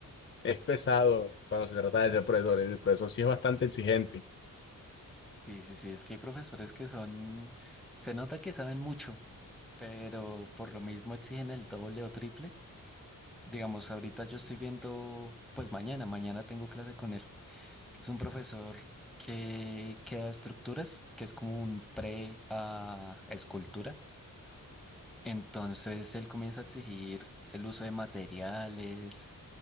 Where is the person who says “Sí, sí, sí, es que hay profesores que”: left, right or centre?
Centre